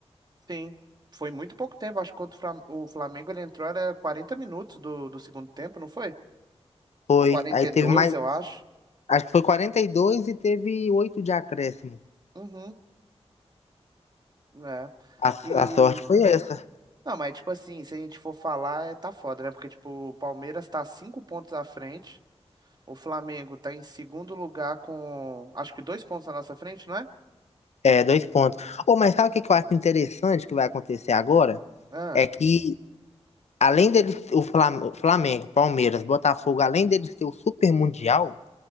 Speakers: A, on the right; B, on the left.
A: Sim. Foi muito pouco tempo. Acho que quando o Flam- o Flamengo ele entrou era 40 minutos do, do segundo tempo, não foi?
B: Foi.
A: Ou quarenta
B: Aí
A: e
B: teve
A: dois
B: mais.
A: eu acho.
B: Acho que foi quarenta e dois e teve 8 de acréscimo.
A: Uhum. É.
B: A,
A: E.
B: a sorte foi essa.
A: Não, mas tipo assim, se a gente for falar, é- tá foda, né? Porque, tipo, o Palmeiras tá cinco pontos à frente. O Flamengo tá em segundo lugar com, acho que dois pontos na nossa frente, não é?
B: É, dois pontos. Ô, mas sabe o que que eu acho interessante que vai acontecer agora?
A: Ah,
B: É que além deles, o Flam- Flamengo, Palmeiras, Botafogo, além deles ter o Super Mundial,